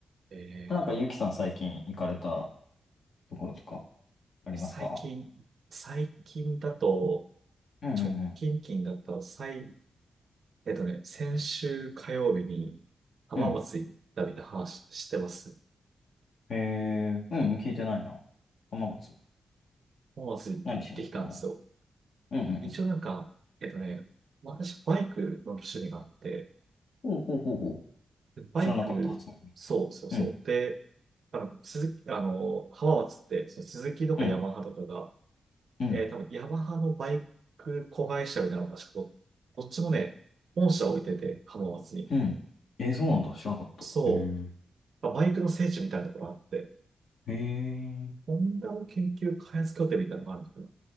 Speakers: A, on the right; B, on the left.
A: ええ
B: なんか、ゆうきさん最近行かれたところとかありますか
A: 最近、最近だと、
B: うんうん
A: 直近近だったら、最、えっとね、先週火曜日に浜松行ったみたいな話してます。
B: うん。うん。へえ、うんうん、聞いてないな。浜松。
A: 浜松行ってきたんですよ。
B: 何しに行ったのうんうん
A: 一応なんか、えっとね、私バイクの趣味があって、
B: うん。ほうほうほうほ
A: でバイク、
B: う。知らなかった、初耳。
A: そうそうそう。
B: うん、
A: で、あの、鈴木、あの、浜松って、その鈴木とかヤマハとかが、
B: うん、うん。
A: えー多分ヤマハのバイク子会社みたいなのが確かど、どっちもね、本社置いてて、浜松に。
B: うん。えー、そうなんだ。知らなかった。
A: そう。
B: へえ。
A: まあバイクの聖地みたいなところがあって、
B: へえ。
A: ホンダの研究開発拠点みたいなのがあるのかな